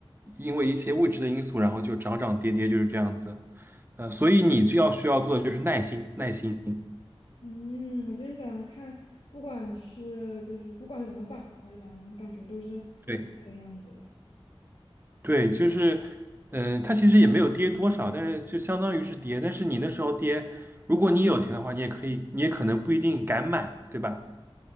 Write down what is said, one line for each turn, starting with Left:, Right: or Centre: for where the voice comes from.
Right: 因为一些未知的因素，然后就涨涨跌跌就是这样子。呃，所以你就要需要做的就是耐心，耐心。
Left: 嗯，我今天早上看，不管是就是不管什么板块的吧，我感觉都是这个样子的。
Right: 对对，就是，呃，它其实也没有跌多少，但是就相当于是跌。但是你那时候跌，如果你有钱的话，你也可以，你也可能不一定敢买，对吧？